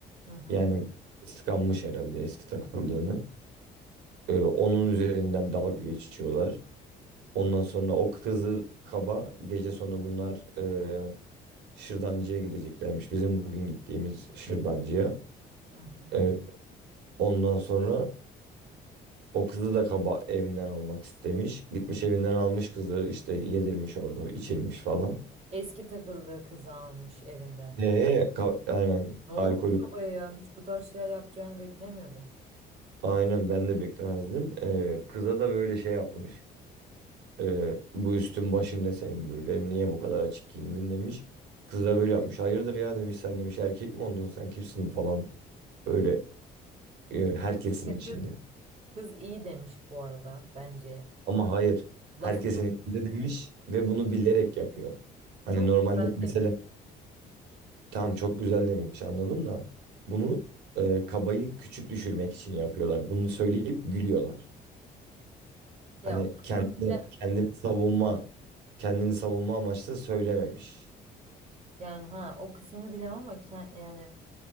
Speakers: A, on the right (about 40°); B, on the right (about 85°).
A: Hı hı.
B: Yani kıskanmış herhalde eski takıldığını. E, onun üzerinden dalga geçiyorlar. Ondan sonra o kızı kaba gece sonu bunlar e, şırdancıya gideceklermiş. Bizim bugün gittiğimiz şırdancıya.
A: Hı hı.
B: E, ondan sonra o kızı da kaba evinden almak istemiş. Gitmiş evinden almış kızı işte yedirmiş orada içirmiş falan.
A: Eski takıldığı kızı almış evinden.
B: E, ka- aynen
A: Ne olmuş
B: alkolü
A: babaya ya? Hiç bu tarz şeyler yapacağını beklemiyordum.
B: aynen ben de beklemezdim. E, kıza da böyle şey yapmış. Ee, bu üstün başın ne senin böyle? Niye bu kadar açık giyindin demiş. Kız da böyle yapmış. Hayırdır ya demiş sen demiş erkek mi oldun sen kimsin falan. Böyle e, herkesin
A: Bir de
B: içinde.
A: kız kız iyi demiş bu arada bence.
B: Ama hayır
A: Lafı
B: herkesin
A: çok
B: içinde demiş ve bunu bilerek yapıyor. Hani
A: çok
B: normalde
A: güzel
B: mesela
A: demiş.
B: tamam çok güzel demiş anladım da bunu e, kabayı küçük düşürmek için yapıyorlar. Bunu söyleyip gülüyorlar.
A: Ya
B: Hani
A: o kısmını
B: kendini,
A: bile
B: kendini savunma kendini savunma amaçlı söylememiş.
A: yani ha o kısmını bilemem ama ke- yani